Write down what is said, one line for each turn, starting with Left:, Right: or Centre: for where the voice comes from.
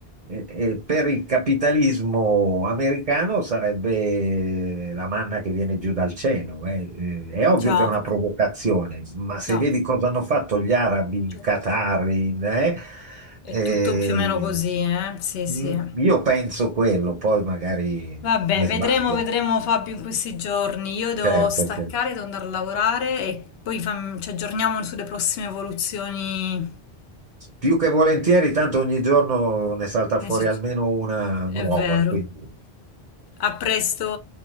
Right: e- e per il capitalismo americano sarebbe la manna che viene giù dal cielo. eh. Eh, È ovvio
Left: già,
Right: che è una provocazione, ma se
Left: già,
Right: vedi cosa hanno fatto gli arabi in
Left: Certo.
Right: Qatar, in, eh,
Left: è
Right: eh,
Left: tutto più o meno così, eh? Sì, sì.
Right: mm, io penso quello, poi magari
Left: Vabbè,
Right: mi
Left: vedremo,
Right: sbaglio.
Left: vedremo Fabio in questi giorni. Io devo
Right: Certo,
Left: staccare,
Right: certo.
Left: devo andare a lavorare e poi fam- ci aggiorniamo sulle prossime evoluzioni.
Right: Più che volentieri, tanto ogni giorno ne salta
Left: nei
Right: fuori
Left: succe-
Right: almeno una
Left: È
Right: nuova,
Left: vero.
Right: quindi
Left: A presto.